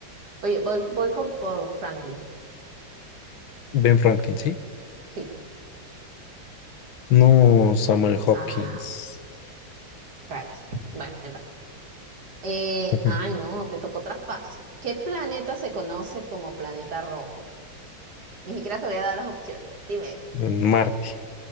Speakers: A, on the right; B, on the left.
A: Oye, voy, voy con, por Franklin.
B: Ben Franklin, ¿sí?
A: Sí.
B: No, Samuel Hopkins.
A: Ah, rayos. Bueno, no importa. Eh,
B: <laughs>
A: ay, no, te tocó traspaso. ¿Qué planeta se conoce como planeta rojo? Ni siquiera te voy a dar las opciones. Dímelo.
B: Ujú. Marte.